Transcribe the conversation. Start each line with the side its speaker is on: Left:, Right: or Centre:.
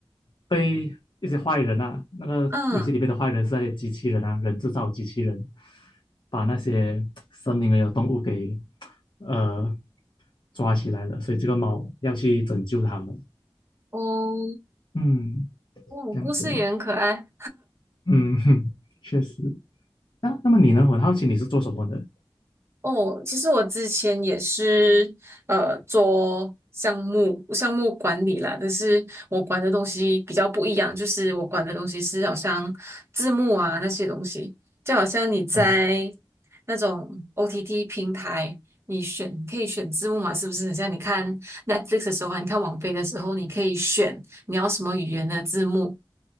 Left: 被一些坏人啊，那个游戏里面的坏人是那些机器人啊，
Right: 嗯，
Left: 人制造机器人，把那些森林里的动物给呃抓起来了，所以这个猫要去拯救他们。
Right: 哦，
Left: 嗯，
Right: 哦，
Left: 这样子咯，
Right: 故事也很可爱。
Left: 嗯，哼，确实。那那么你呢？我很好奇你是做什么的？
Right: 哦，其实我之前也是呃做项目项目管理啦，但是我管的东西比较不一样，就是我管的东西是好像字幕啊那些东西，就好像你在
Left: 嗯
Right: 那种 OTT 平台，你选可以选字幕嘛，是不是？很像你看 Netflix 的时候啊，你看网飞的时候，你可以选你要什么语言的字幕，